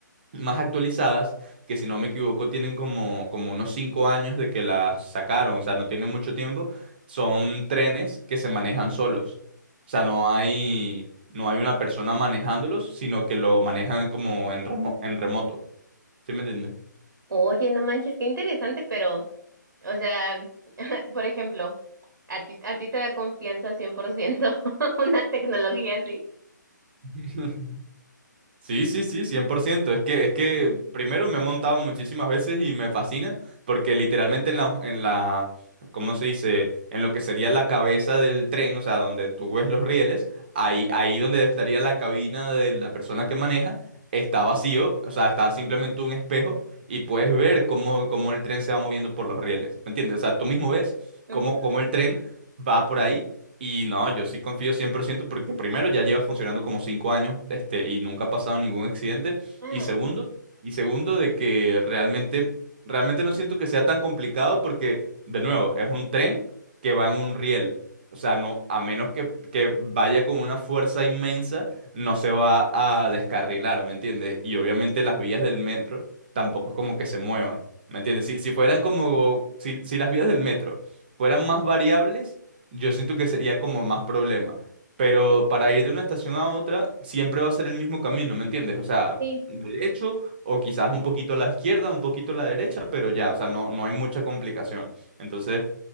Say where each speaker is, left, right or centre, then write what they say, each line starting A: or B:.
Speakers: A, on the right; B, on the right.
A: más actualizadas, que si no me equivoco, tienen como, como unos 5 años de que las sacaron, o sea, no tienen mucho tiempo, son trenes que se manejan solos. O sea, no hay, no hay una persona manejándolos, sino que lo manejan como en remo- en remoto. ¿Sí me entiendes?
B: Oye, no manches, qué interesante, pero, o sea, <laughs> por ejemplo, ¿a ti, a ti te da confianza 100% <laughs> una tecnología así?
A: <laughs> Sí, sí, sí, 100%. Es que, es que primero me he montado muchísimas veces y me fascina porque literalmente en la, en la, ¿cómo se dice? En lo que sería la cabeza del tren, o sea, donde tú ves los rieles, ahí,
B: Ah,
A: ahí donde estaría la cabina de la persona que maneja, está vacío, o sea, está simplemente un espejo y puedes ver cómo, cómo el tren se va moviendo por los rieles, ¿me entiendes? O sea, tú mismo ves
B: ujú.
A: cómo, cómo el tren va por ahí y no, yo sí confío 100% porque primero ya lleva funcionando como cinco años, este, y nunca ha pasado ningún accidente.
B: Ah,
A: Y segundo, y segundo de que realmente, realmente no siento que sea tan complicado porque, de nuevo, es un tren que va en un riel. O sea, no, a menos que, que vaya con una fuerza inmensa, no se va a descarrilar, ¿me entiendes? Y obviamente las vías del metro tampoco es como que se muevan, ¿me entiendes? Si, si fueran como, si, si las vías del metro fueran más variables yo siento que sería como más problema. Pero para ir de una estación a otra, siempre va a ser el mismo camino, ¿me entiendes? O sea,
B: sí.
A: derecho o quizás un poquito a la izquierda, un poquito a la derecha, pero ya, o sea, no, no hay mucha complicación. Entonces,